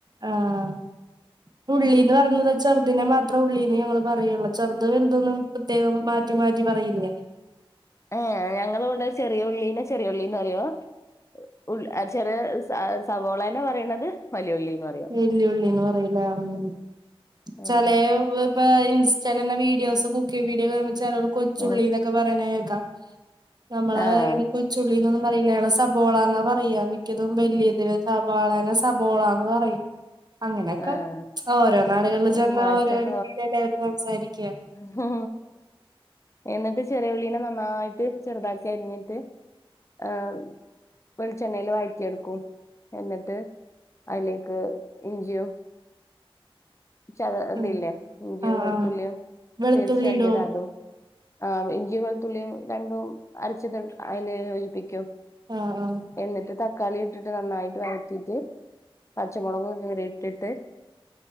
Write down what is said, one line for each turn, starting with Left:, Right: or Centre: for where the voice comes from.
Right: ആഹ് ഉള്ളിന്ന് പറയുന്നത് ചെർ തിനെ മാത്രം ഉള്ളീന്ന് ഞങ്ങള് പറയുള്ള് ചെറുത് വലുതൊന്നും പ്രത്യേകം മാറ്റി മാറ്റി പറയില്ല
Left: ഏയ് ഞങ്ങള് ഇവടെ ചെറിയ ഉള്ളിനെ ചെറിയ ഉള്ളിന്ന് പറയും ഉള് ചെറിയ സ സവോളെനെ പറയണത് വലിയുള്ളിന്ന് പറയും
Right: വല്യയുള്ളിന്ന് പറയുല്ലേ മ് ച്ചാലെ
Left: ഉം
Right: ഇപ്പ ഇൻസ്റ്റാലന്നെ വീഡിയോസ് കുക്കിങ്ങ് വീഡിയോ കാണുമ്പോ ചെല കൊച്ചുള്ളിന്നൊക്കെ
Left: ഉം
Right: പറയണേക്കാം നമ്മളാ
Left: ആഹ്
Right: <unintelligible> കൊച്ചുള്ളിനൊന്നും പറയില്ല ഞങ്ങള് സബോളന്നാ പറയാ മിക്കതും വല്യയതിനും സവാളെനെ സബോളാന്ന് പറയും അങ്ങനെയൊക്കെ
Left: ആഹ്
Right: ഓരോ നാടുകളില്
Left: ഒരു
Right: ചെന്നാ
Left: മാറ്റം
Right: ഓരോ രീതിയില് എല്ലാവരും സംസാരിക്യ
Left: മ് എന്നിട്ട് ചെറിയ ഉളളിനെ നന്നായിട്ട് ചെറുതാക്കി അരിഞ്ഞിട്ട് ആഹ് വെളിച്ചെണ്ണെല് വഴറ്റിയെടുക്കും എന്നിട്ട് അയിലേക്ക് ഇഞ്ചിയും ച്ച് അത് ഇതില്ലേ
Right: ഉം
Left: ഇഞ്ചിയും
Right: ആഹ്
Left: വെളുത്തുളളിയും
Right: ആഹ് വെളുത്തുള്ളി
Left: പേസ്റ്റക്കിയത്
Right: ഇടോ
Left: അതും ആഹ് ഇഞ്ചിയും വെളുത്തുള്ളിയും രണ്ടും അരച്ചത് അയിന് <unintelligible>
Right: ആഹ് ആഹ്
Left: എന്നിട്ട് തക്കാളി ഇട്ടിട്ട് നന്നായിട്ട് വഴറ്റിട്ട് പച്ചമൊളക് കീറിട്ടി ട്ട്